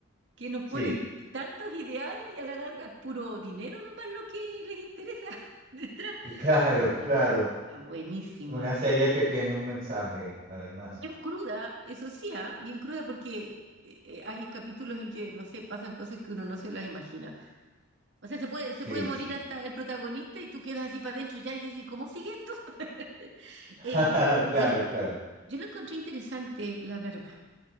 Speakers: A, on the right; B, on the right.
A: que nos ponen
B: sí,
A: tantos ideales y a la larga es puro dinero nomás lo que les interesa <laughs> detrás.
B: <laughs> claro,
A: Está buenísima,
B: claro.
A: está buenísima.
B: Una serie que tiene un mensaje, además.
A: Bien cruda, eso sí, ah, bien cruda porque eh, eh, hay capítulos en que, no sé, pasan cosas que uno no se las imagina. O sea, se puede, se
B: Sí,
A: puede morir
B: sí.
A: hasta el protagonista y tú quedas así para adentro ya y dices, ¿cómo sigue esto? <laughs>
B: <laughs>
A: Eh, bien,
B: Claro, claro,
A: yo la encontré interesante, la verdad.